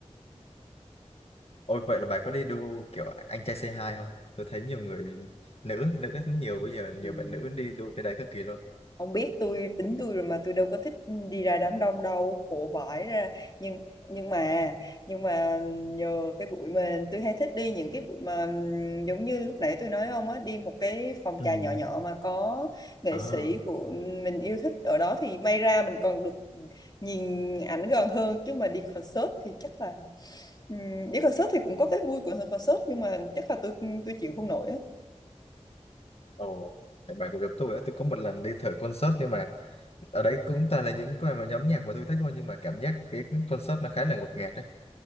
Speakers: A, on the left; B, on the left.
A: ôi vậy là bà có đi đua kiểu anh trai Say hai không tôi thấy nhiều người nữ nữ rất nhiều bây giờ nhiều
B: ừ.
A: bạn nữ đi đua cái đấy cực kỳ luôn
B: Ông biết tôi tính tôi rồi mà tôi đâu có thích đi ra đám đông đâu, khổ vãi ra. Nhưng nhưng mà nhưng mà nhờ cái buổi mà tôi hay thích đi những cái buổi mà ừm, giống như lúc nãy tôi nói ông á, đi một cái phòng
A: Ừ.
B: trà nhỏ nhỏ mà có nghệ
A: à
B: sĩ của mình yêu thích ở đó thì may ra mình còn được nhìn ảnh gần hơn chứ mà đi concert thì chắc là ừm, đi concert thì cũng có cái vui của concert nhưng mà chắc là tôi tôi chịu không nổi á.
A: ồ bạn cũng giống tôi á, tôi có một lần đi thử concert nhưng mà ở đấy cũng toàn là những cái mà nhóm nhạc mà tôi thích thôi nhưng mà cảm giác cái concert nó khá là ngột ngạt đấy